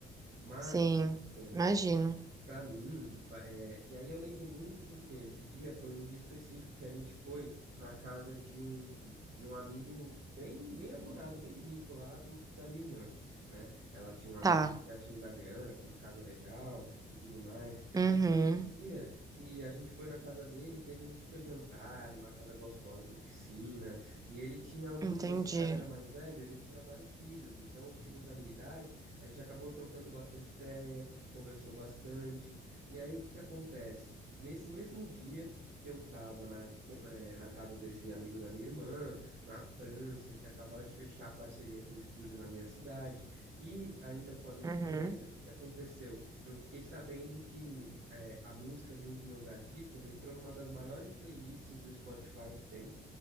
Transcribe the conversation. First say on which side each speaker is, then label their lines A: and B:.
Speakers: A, on the right; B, on the right.
A: Mas,
B: sim,
A: voltando.
B: imagino.
A: para mim, ba- é, e aí eu lembro muito porque esse dia foi um dia específico que a gente foi na casa de um de um amigo bem bem abonado, bem rico lá do, do- da minha irmã, né? Ela tinha um amigo
B: Tá.
A: que era cheio da grana, com uma casa legal e tudo mais.
B: Uhum,
A: E foi um dia que a gente foi na casa dele, teve um super jantar, uma casa gostosa com piscina, e ele tinha algum,
B: entendi.
A: esse cara era mais velho, ele tinha vários filhos, então os filhos da minha idade, a gente acabou trocando bastante ideia conversou bastante. E aí, o que que acontece? Nesse mesmo dia que eu estava na, com- eh, na casa desse amigo da minha irmã, na França, eu tinha acabado de fechar a parceria com o estúdio na minha cidade, e ainda com a minha
B: Uhum.
A: empresa, o que que aconteceu? Eu fiquei sabendo que eh, a música de um dos meus artistas entrou numa das maiores playlists do Spotify que tem,